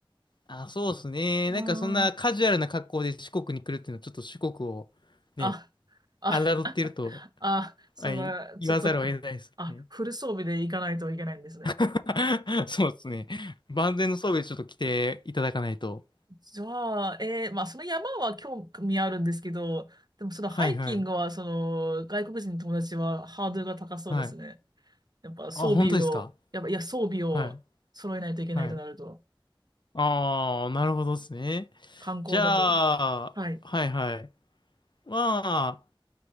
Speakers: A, on the left; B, on the right.
A: あ、そうっすね。
B: あ
A: なんかそんなカジュアルな格好で四国に来るっていうのは、ちょっと四国をね、
B: あ、あ、
A: 侮っていると、
B: あ、<laughs> あ、その、
A: はい、言わざるを得ないですね。
B: ちょっと、あ、フル装備で行かないといけないんですね。
A: <laughs> そうっすね。万全の装備でちょっと来ていただかないと。
B: じゃあ、えーまあ、その山は興味あるんですけど、でも、そのハイキングは、
A: はいはい。
B: その、外国人の友達はハードルが高そうですね。
A: はい。
B: やっぱ装備を、
A: あ、本当ですか
B: やっぱ、いや、装備を揃えないといけないとなると、
A: はい。はい。ああ、なるほどっすね。
B: 観光だと。
A: じゃあ、
B: はい。
A: はいはい。まあ